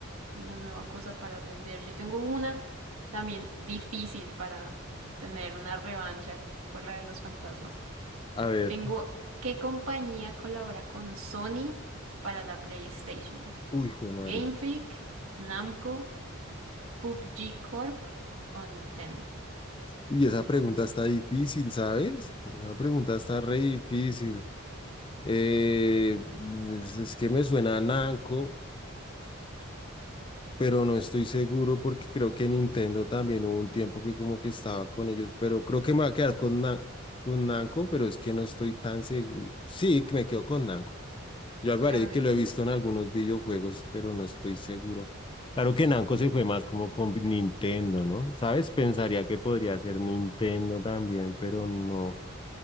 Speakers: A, on the right; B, on the left.
A: una nueva cosa para aprender. Yo tengo una también difícil para tener una revancha por la de los fantasmas.
B: A ver.
A: Tengo ¿qué compañía colabora con Sony para la PlayStation?
B: Uy, jue
A: ¿Game
B: madre.
A: Freak, Namco, PUBG Corp o Nintendo?
B: Uy, esa pregunta está difícil, ¿sabes? Esa pregunta está re difícil. Eh, pues, es que me suena a Nanco. pero no estoy seguro porque creo que Nintendo también hubo un tiempo que como que estaba con ellos, pero creo que me va a quedar con, Nan- con Namco, pero es que no estoy tan seguro. Sí, que me quedo con Namco. Yo me parece
A: A
B: que
A: ver.
B: lo he visto en algunos videojuegos, pero no estoy seguro. Claro que Namco
A: mm,
B: se fue más como con Nintendo, ¿no? ¿Sabes? Pensaría que podría ser Nintendo también, pero no.